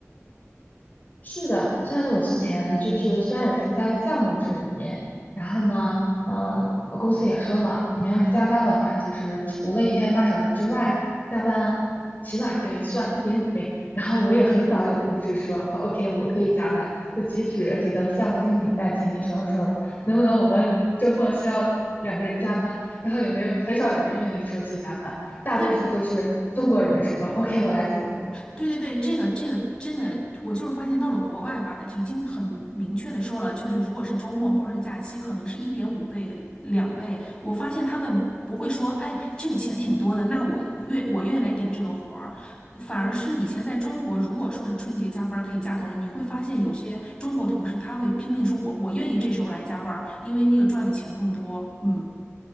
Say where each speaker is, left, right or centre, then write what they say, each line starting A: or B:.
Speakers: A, on the left; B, on the left.
A: 是的，像是我之前就是虽然也是在项目制里面，然后呢，呃，我公司也说了，你们要是加班的话，就是除了一天八小时之外，加班起码可以算一点五倍。然后我也很少有同事说啊，OK，我可以加班，就即使这个项目经理在群里说说，能不能我们周末需要两个人加班，然后也没有很少有人愿意说去加班，大多数都是中国人说，OK，
B: 对。
A: 我来做。
B: 对对对，这个这个真的，我就是发现到了国外吧，已经很明确的说了，就是如果是周末或者是假期，可能是一点五倍、两倍。我发现他们不会说，哎，这个钱挺多的，那我我愿我愿意来顶这个活儿。反而是以前在中国，如果说是春节加班儿可以加多少，你会发现有些中国同事他会拼命说我我愿意这时候来加班儿，因为那个赚的钱更多。嗯，